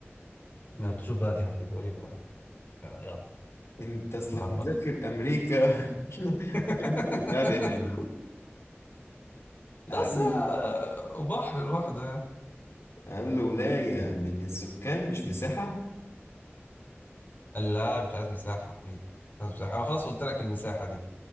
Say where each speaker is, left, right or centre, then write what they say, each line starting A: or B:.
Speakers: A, on the left (about 40°); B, on the left (about 80°).
A: يلا شوف بقى دي هتجيبها لي بقى يلا
B: انت اصلك
A: معلومات
B: مذاكر امريكا <laughs>
A: <laughs>
B: أمريكا بتاع ده يعني.
A: لا
B: اقل
A: بس هي بحر لوحده يعني
B: اقل ولايه من السكان مش مساحه
A: قال لا مش عايز مساحة حبيبي مش عايز مساحة أنا خلاص قلت لك المساحة دي